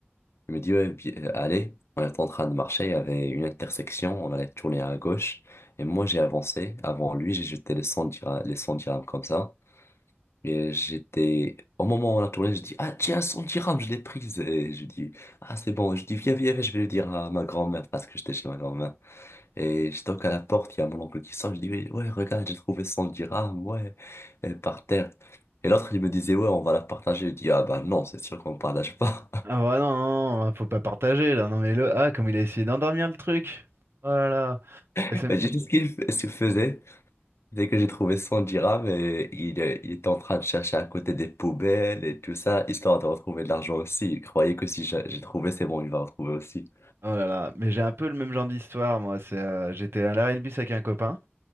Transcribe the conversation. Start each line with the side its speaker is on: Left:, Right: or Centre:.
Left: Il me dit, ouais, vi- euh, allez. On était en train de marcher, il y avait une intersection, on allait tourner à gauche. Et moi, j'ai avancé avant lui, j'ai jeté les 100 dirhams, les 100 dirhams comme ça. Et j'étais, au moment où on a tourné, je dis, ah, tiens, 100 dirhams, je l'ai prise. Et je dis, ah, c'est bon. Je dis, viens, viens, viens, je vais le dire à ma grand-mère parce que j'étais chez ma grand-mère. Et je toque à la porte, il y a mon oncle qui sort, je dis, oui, ouais, regarde, j'ai trouvé 100 dirhams, ouais, et par terre. Et l'autre, il me disait, ouais, on va la partager. Je dis, ah bah non, c'est sûr qu'on partage pas.
Right: Ah bah non, non, non, bah, faut pas partager là. Non mais le ah comme il a essayé d'endormir le truc. Oh là là.
Left: <laughs>
Right: Ah, ça me-
Left: Mais j'ai dit ce qu'il f- ce qu'il faisait, dès que j'ai trouvé 100 dirhams, et il, euh, il était en train de chercher à côté des poubelles et tout ça, histoire de retrouver de l'argent aussi. Il croyait que si j'ai j'ai trouvé, c'est bon, il va retrouver aussi.
Right: Oh là là. Mais j'ai un peu le même genre d'histoire moi. C'est euh, j'étais à l'arrêt de bus avec un copain.